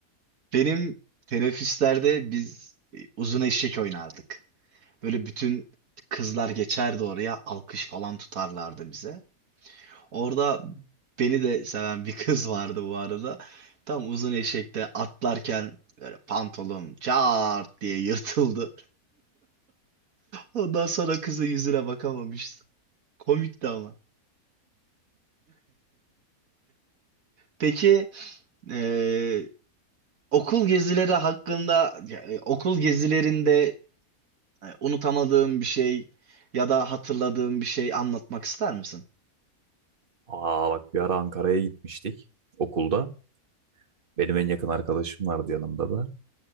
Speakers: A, on the right (about 65°); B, on the right (about 40°).
A: Benim teneffüslerde biz e, uzun eşek oynardık. Böyle bütün kızlar geçerdi oraya alkış falan tutarlardı bize. Orada beni de seven bir kız vardı bu arada. Tam uzun eşekte atlarken böyle pantolon çat diye yırtıldı. Ondan sonra kızın yüzüne bakamamıştım. Komikti ama. Peki eee, okul gezileri hakkında ya, e, okul gezilerinde e, unutamadığın bir şey ya da hatırladığın bir şey anlatmak ister misin?
B: Aa bak bir ara Ankara'ya gitmiştik okulda. Benim en yakın arkadaşım vardı yanımda da.